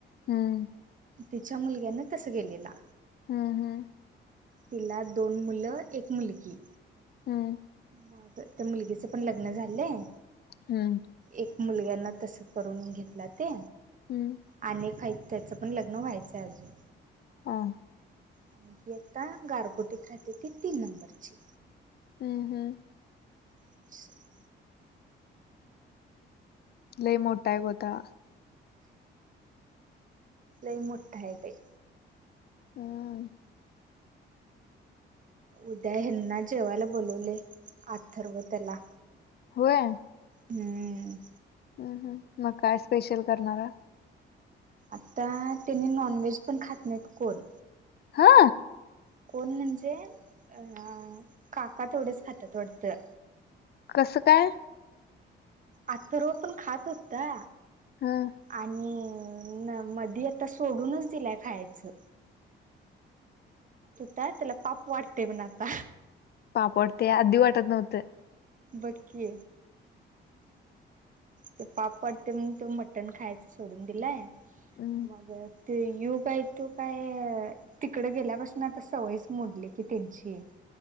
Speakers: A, on the left (about 55°); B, on the right (about 40°).
A: हम्म
B: तिच्या मुलग्यानी तस गेलेला.
A: हम्म हम्म
B: तिला दोन मुलं एक मुलगी.
A: हम्म
B: मग त्या मुलगीचं पण लग्न झालंय.
A: हम्म
B: एक मुलग्याना तस करून घेतला ते
A: हम्म
B: अ काही त्याचं पण लग्न व्हायचंय अजून
A: हां
B: आणि ही आता गारगोटीत राहते ती तीन नंबरची.
A: हम्म हम्म
B: असस
A: लई मोठाय होता.
B: लई मठता बा
A: हा
B: उद्या हेना जेवायला बोलवले आथरव त्याला
A: हय
B: हम्म
A: ह मग काय स्पेशल करणारा
B: आता त्यां नॉनव्हेज पण खात नाहीत कोण
A: हा
B: कोण म्हणजे अ काका तेवढंच खात थोडतं.
A: कसं काय
B: आत्ता रो पण खात होतता.
A: हम
B: आणि न मधी आता सोडूनच दिलाय खायचं. आ त्याला पाप वाटते पण आता
A: पापड ते अधदी वाटत नव्हतं.
B: बकि ते पापड ते त मटण खायच सोडून दिलाय.
A: हम्म
B: मगर ते यो काय तो काय तिकडं गेल्यापासून आता सवयच मोडली की त्यांची